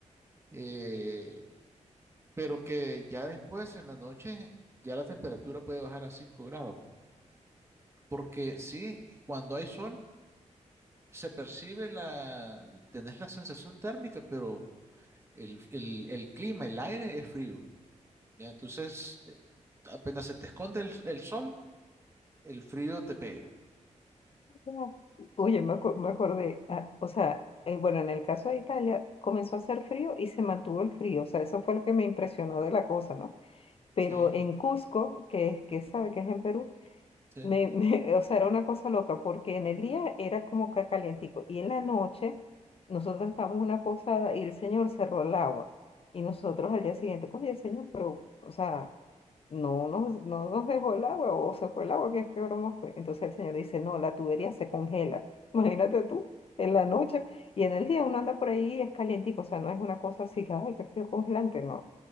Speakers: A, on the right; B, on the left.
A: eh, pero que ya después en la noche ya la temperatura puede bajar a 5 grados, porque sí, cuando hay sol se percibe la, tenés la sensación térmica, pero el, el el clima, el aire es frío, ¿ya? Entonces eh, apenas se te esconde el, el sol, El frío te pega,
B: ya. Oye, me, acu- me acordé, ah, o sea, eh, bueno, en el caso de Italia comenzó a hacer frío y se mantuvo el frío, o sea, eso fue lo que me impresionó de la cosa, ¿no? Pero
A: sí,
B: en Cusco, que es, que sabe que es en Perú,
A: sí,
B: Me, me- o sea, era una cosa loca, porque en el día era como que calientico, y en la noche nosotros estábamos una cosa, y el señor cerró el agua, y nosotros al día siguiente, oye, el señor, pero, o sea, no nos, no nos dejó el agua, o se fue el agua, que qué broma fue? Entonces el señor dice, no, la tubería se congela, <laughs> imagínate tú, en la noche, y en el día uno anda por ahí, y es calientico, o sea, no es una cosa así, que, ay, qué frío congelante, no.